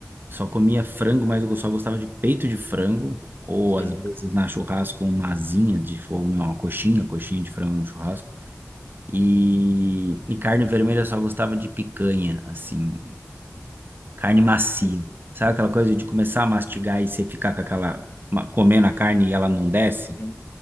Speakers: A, on the right; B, on the left.
A: Só comia frango, mas eu só gostava de peito de frango, ou
B: Sim,
A: às vezes na churrasco uma asinha de, ou não, uma coxinha, coxinha de frango no churrasco. E, e carne vermelha eu só gostava de picanha, assim, carne macia.
B: sim.
A: Sabe aquela coisa de começar a mastigar e você ficar com aquela, ma- comendo a carne e ela não desce?
B: sim.